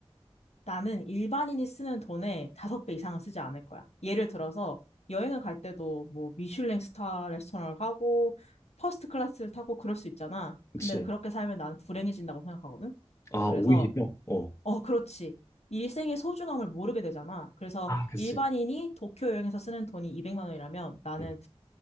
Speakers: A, on the left (about 85°); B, on the left (about 25°).
A: 나는 일반인이 쓰는 돈의 다섯 배 이상은 쓰지 않을 거야. 예를 들어서 여행을 갈 때도 뭐 미슐랭 스타 레스토랑을 가고 퍼스트 클래스를 타고 그럴 수 있잖아.
B: 그치.
A: 근데 그렇게 살면 나는 불행해진다고 생각하거든.
B: 아,
A: 그래서
B: 오히려? 어.
A: 어, 그렇지. 일생의 소중함을 모르게 되잖아. 그래서
B: 아, 그치.
A: 일반인이 도쿄 여행에서 쓰는 돈이 200만 원이라면 나는
B: 음.